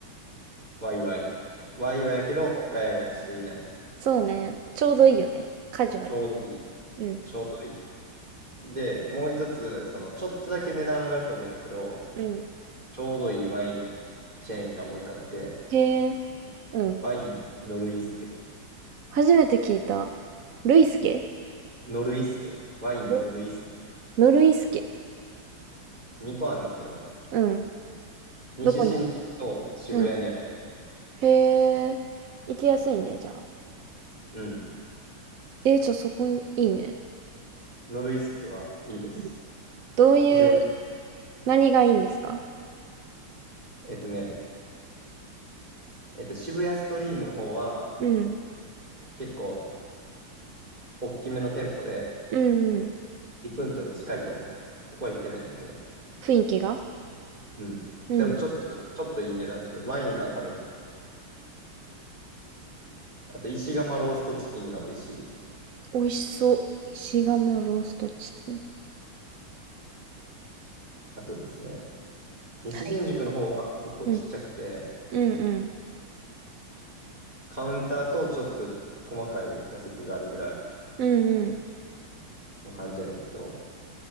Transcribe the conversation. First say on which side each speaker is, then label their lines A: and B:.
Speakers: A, on the right (about 20°); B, on the right (about 80°).
A: ワイワイ。ワイワイやけど、ガヤガヤしていない。
B: そうね。ちょうどいいよね。カジュアルに。
A: ちょうどいい。
B: うん。
A: ちょうどいい。で、もう一つ、その、ちょっとだけ値段上がると思うねんだけど、
B: うん。
A: ちょうどいいワインチェーンがもう一個あって、
B: へえ。うん。
A: ワインノルイスケ。
B: 初めて聞いた。ルイスケ
A: ノルイスケ。ワインノルイスケ。
B: ノノルイスケ。
A: 2個あんねんけど、
B: うん。
A: 西新宿と渋谷にある。
B: どこにもうん。へえ。行きやすいね、じゃあ。
A: うん。
B: えー、ちょ、そこに、いいね。
A: ノルイスケはいいです。
B: うんどういう、
A: 非常に、
B: 何がいいんですか
A: えっとね、えっと、渋谷ストリームの方は、
B: うん。
A: 結構、大きめの店舗で、
B: うんうん。
A: リプントに近いと思う。ここは行ってないねんだけど。
B: 雰囲気が
A: うん。
B: うん。
A: でもちょっと、ちょっといい値段する。ワインが多分、あと石窯ローストチキンが美味しい。
B: 美味しそう。石窯ローストチキン。
A: あとですね、西新宿の方は結構ちっちゃくて、
B: はい。うん。うんうん。
A: カウンターとちょっと細かい座席があるぐらい
B: うんうん。
A: の感じやねんけど、